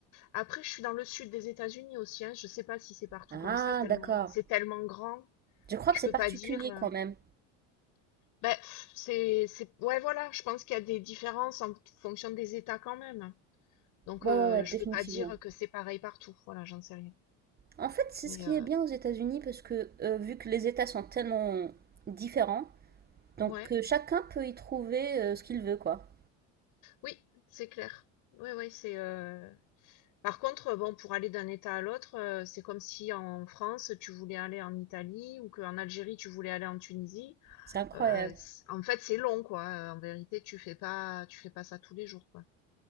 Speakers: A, on the left (about 65°); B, on the right (about 25°).
A: Après, je suis dans le sud des États-Unis aussi, hein. Je sais pas si c'est partout
B: Ah
A: comme ça, tellement
B: d'accord,
A: c'est tellement grand,
B: je crois
A: je
B: que c'est
A: peux
B: particulier
A: pas dire. euh,
B: quand même,
A: Ben, pff, c'est c'est ouais voilà, je pense qu'il y a des différences en fonction des États quand même. hein. Donc
B: Ouais,
A: euh,
B: ouais, ouais,
A: je
B: définitivement.
A: peux pas dire que c'est pareil partout. Voilà, j'en sais rien.
B: En fait, c'est
A: Mais
B: ce qui
A: euh,
B: est bien aux États-Unis parce que euh, vu que les États sont tellement différents, donc
A: ouais,
B: euh, chacun peut y trouver euh, ce qu'il veut, quoi.
A: oui, c'est clair. Oui, oui, c'est. euh, Par contre, bon, pour aller d'un État à l'autre, euh, c'est comme si en France tu voulais aller en Italie ou qu'en Algérie tu voulais aller en Tunisie.
B: C'est incroyable.
A: Heu, c en fait, c'est long, quoi, heu, en vérité, tu fais pas tu fais pas ça tous les jours, quoi.